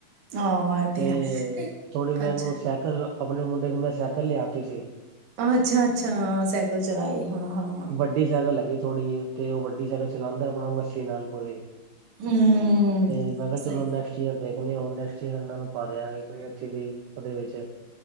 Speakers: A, on the right; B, on the right.
A: ਹਾਂ ਇਹ
B: ਤੇ
A: ਹੈ ਨਹੀਂ,
B: ਥੋੜ੍ਹੀ ਮੈਂ
A: ਅੱਛਾ
B: ਇਨੂੰ ਸੈਕਲ ਆਪਣੇ ਮੁੰਡੇ ਨੂੰ ਮੈਂ ਸਾਈਕਲ ਲਿਆ ਤੀ ਸੀ।
A: ਆ ਅੱਛਾ-ਅੱਛਾ ਸਾਈਕਲ ਚਲਾਏ। ਹਾਂ ਹਾਂ
B: ਵੱਡੀ ਸਾਈਕਲ ਹੈਗੀ। ਥੋੜੀ ਤੇ ਉਹ ਵੱਡੀ ਸਾਈਕਲ ਚਲਾਉਂਦਾ ਆਪਣਾ ਮਸਤੀ ਨਾਲ ਪੂਰੀ।
A: ਹੂੰ
B: ਤੇ ਮੈਂ ਕਿਹਾ
A: ਸਹੀ
B: ਚਲੋ ਨੈਕਸਟ ਈਅਰ ਦੇਖਨੇ ਆ ਹੁਨ ਨੇ ਫੇਰ ਇਹਨਾਂ ਨੂੰ ਪਾ ਦਿਆਂਗੇ। ਕੋਈ ਅੱਛੀ ਜੀ ਉਹਦੇ ਵਿੱਚ।